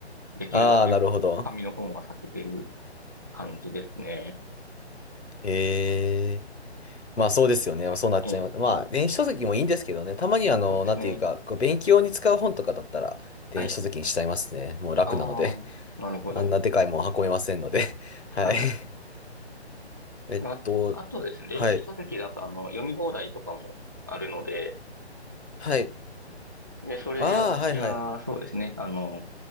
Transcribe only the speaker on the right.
できるだけ紙の本は避けてる
感じですね。
ええ、
そうですね。
はい。
ああ、
なるほど。
<laughs>
あ、あとですね、電子書籍だと、
あの、読み放題とかもあるので、
で、それで私は、
そうですね、あの、